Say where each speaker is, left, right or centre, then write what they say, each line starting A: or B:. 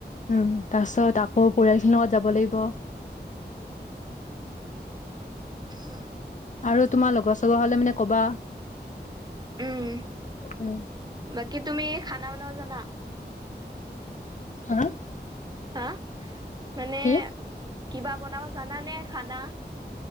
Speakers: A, on the left; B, on the right.
A: উম তাৰ পিছত আকৌ পৰিয়াল খিনিৰ লগত যাব লাগিব।
B: অ!
A: আৰু তোমাৰ লগৰ চগৰ হলে মানে কবা
B: উম
A: উম,
B: বাকী তুমি খানা বনাব জানা।
A: হা!
B: হা মানে
A: কি
B: কিবা বনাব জানানে খানা!